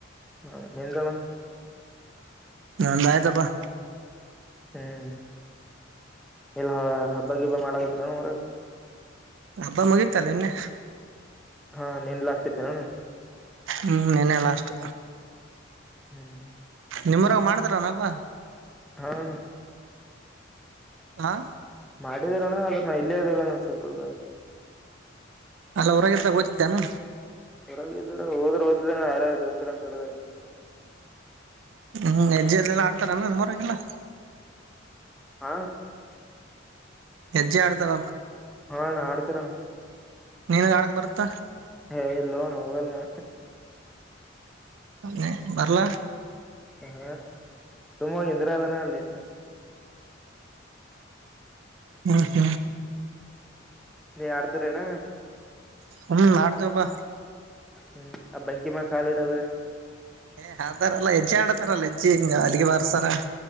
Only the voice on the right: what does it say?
ನಂದಾಯೆತಪ್ಪಾ
ಹಬ್ಬ ಮುಗೀತಾ ನೆನ್ನೆ
ಹುಂ ನೆನ್ನೆ ಲಾಸ್ಟ್
ನಿಮ್ಮೂರಿನಾಗೆ ಮಾಡತಾರನ ಹಬ್ಬ
ಹಾ
ಅಲ್ಲ ಹೊರಗಿದಾಗ ಓತಿದ್ದಾನು
ಹುಂ ಹೆಜ್ಜೆಲ್ಲೆಲ್ಲಾ ಆಕ್ತರ ಆಮೇಲೆ ನಮ್ಮೂರಲ್ಲಿ ಇಲ್ಲ
ಹೆಜ್ಜಿ ಆಡ್ತರ
ನಿನಿಗ ಆಡಕ್ ಬರತ್ತ
ಮ ಬರ್ಲ
ಮತ
ಹ್ಮ್ ನಾಡ್ತ ಬಾ
ಏ ಹಾತರಲ್ಲಾ ಹೆಜ್ಜಿ ಆಡತಾರಲ್ಲ ಹೆಜ್ಜಿ ಹಿಂಗ ಹಲ್ಲಿಗಿ ಬಾರಸರ